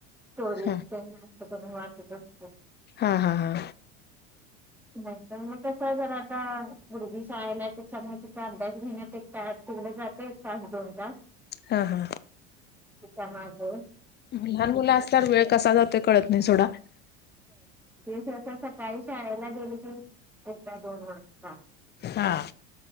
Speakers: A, in the centre; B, on the left.
A: स्टोरीज
B: हा
A: ते जास्त करून वाटत असतो.
B: हा हा हा
A: नाहीतर मग कसं जरा. आत मुलगी शाळेलाय त्याच्यामुळे तिचा अभ्यास घेण्यात तेवढ जाते एक तास दोन तास.
B: हा हा
A: तिच्यामागे
B: लहान मुलं असल्यावर वेळ कसा जातोय कळत नाही सोडा
A: <inaudible> सकाळी शाळेला गेली ती एका <inaudible>
B: हा